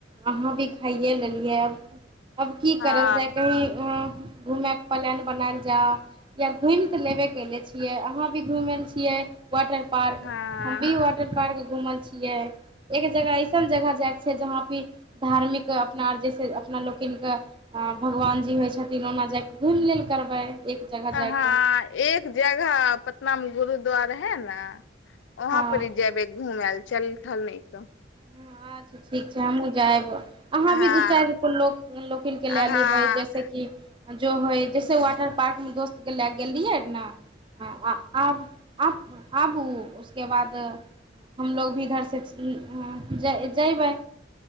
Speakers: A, on the right (about 25°); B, on the left (about 75°).
A: अहाँ भी खाइए लेलियै आब अब की
B: हँ
A: करल जाय कहीं अं - घुमैके प्लैन बनायल जाऽ या घुमि ते लेबे केले छियै अहाँ भी घुमैल छियै वाटर पार्क
B: हँ
A: हम भी वाटर पार्क छियै एक जगह ऐसन जगह जाइके छै जहाँ भी धार्मिक अपना आर जैसे अपना लोकिन के हँ भगवानजी होइ छथिन ओना जाके घुमि लेल करबै एक जगह
B: हँ
A: जायके
B: एक जगह पटना मे गुरुद्वार है ने वहाँ
A: हँ
B: पर जेबै घूमेल चल थल नहि क
A: हाँ आज ठीक छै हमहूँ जायब अहाँ
B: हँ
A: भी दू चारि गो लोक लोकिन के
B: हँ
A: लए लेबै जैसे की जो होइ जैसन वाटर पार्क मे दोस्त ले गेल रहियै ना हँ -हाँ आब अहाँ आबू उसके बाद हमलोग भी इधर से हँ ज-जबै